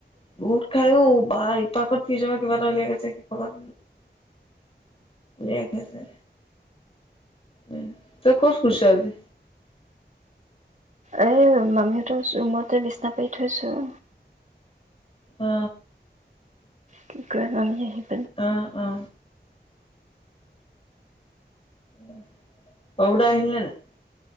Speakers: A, on the left; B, on the right.
A: বহুত খাই ও বা ইপাকত ফ্ৰীজৰ পা কিবা এটা উলিয়াই গৈছে সিপাকত লে খাইছে উ তই কত শুইচ আজি
B: এ মামীহতৰ ৰুমতে বিচনা পাৰি থৈছো।
A: অ
B: কি কয় লমি <unintelligible>
A: অ' অ' উম সৰু দা আহিল নে নাই।